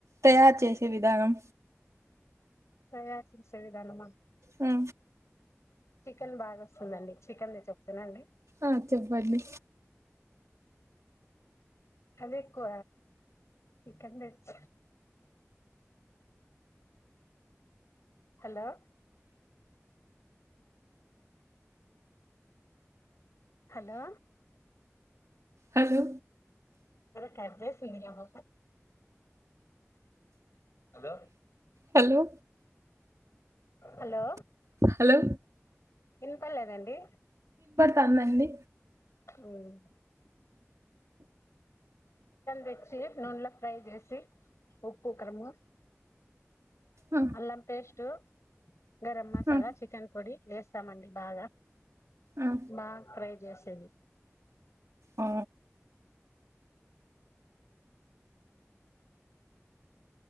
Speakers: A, on the right (about 75°); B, on the left (about 65°).
A: తయారు చేస విధానం
B: తయారు చేసే విధానమా.
A: ఆ
B: చికెన్ బాగా వస్తుందండి చికెన్ నే చెప్తున్నా అండి
A: ఆ చెప్పండి
B: అద ఎకు చికన్ మర్చ హలో హలో
A: హలో
B: కద శూన్యము హలో
A: హలో
B: హలో
A: హలో
B: వినపడలేదు అండి
A: కందండి
B: మ్మ్ తెచ్చి నూనెలో ఫ్రై చేసి ఉప్పు కరము
A: ఆ
B: అల్లం పేస్ట్ గరం మసాలా
A: ఆ
B: చికెన్ పొడి వేస్తామండి బాగా
A: ఆ
B: బాగా ఫ్రై చేసే
A: ఆ